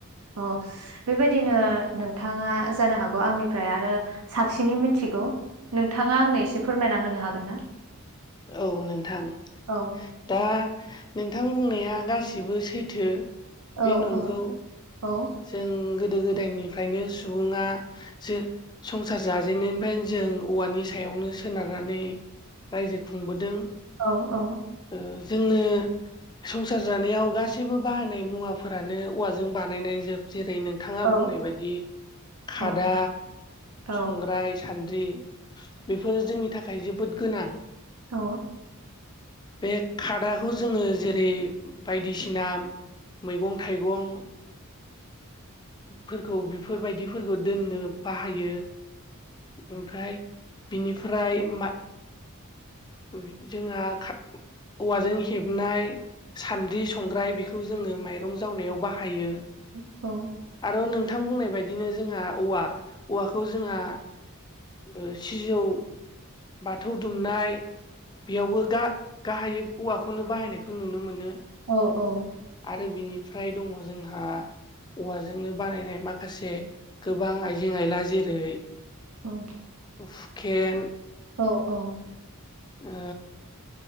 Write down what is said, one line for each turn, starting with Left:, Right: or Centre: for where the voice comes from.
Right: अ बेबायदिनो नोंथाङा जानो हागौ आंनिफ्राय आ रो साबसिनै मिथिगौ नोंथाङा आंनो एसे फोरमायना होनो हागोन ना?
Left: औ नोंथां।
Right: औ
Left: दा नोंथां बुंनाया गासिबो सैथो
Right: औ
Left: बे नंगौ
Right: औ औ
Left: जों गोदो गोदायनिफ्रायनो सुबुङा जे संसार जाजेननायनिफ्राय जों औवानि सायाव नो सोनारनानै रायजो खुंबोदों।
Right: औ औ।
Left: ओ जोंनो संसार जानायाव गासैबो बाहायनाय मुवाफोरानो औवाजों बानायनाय जोब जेरै नोंथाङा
Right: औ
Left: बुंनाय बायदि खादा,
Right: औ औ
Left: संग्राय, सान द्रि बेफोरो जोंनि थाखाय जोबोद गोनां।
Right: औ।
Left: बे खादाखौ जोङो जेरै बायदिसिना मैगं थाइगं। फोरखौ बेफोरबायदिफोरखौ दोननो बाहायो ओमफ्राय बिनिफ्राय मा <unintelligible> जोंहा खा औवाजों हेबनाय सान्दि संग्राय बिख खौ जोङो माइरं जावनायाव बाहायो
Right: अ
Left: औ नोंथां बुंनाय बायदिनो जोंहा औवा औवाखौ जोंहा ओ सिजौ बाथौ दुमनाय बेयावबो गा गाहायै औवाखौनो बाहायनायखौ नुनो मोनो
Right: औ औ
Left: <unintelligible> बिनिफ्राय दङ' जोंहा औवाजोंनो बानायनाय माखासे गोबां आइजें आयला जेरै
Right: औ
Left: उफकेन
Right: औ औ
Left: उम